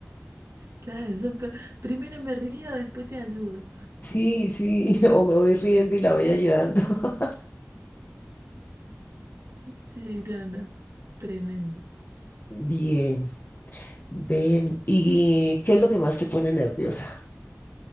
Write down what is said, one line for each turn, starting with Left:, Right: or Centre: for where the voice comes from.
Right: claro, yo pe- primero me río, después te ayudo.
Left: Sí, sí, <laughs> o me voy riendo y la voy ayudando. <laughs>
Right: Sí, no, no, tremendo.
Left: Bien. Ven, ¿y qué es lo que más te pone nerviosa?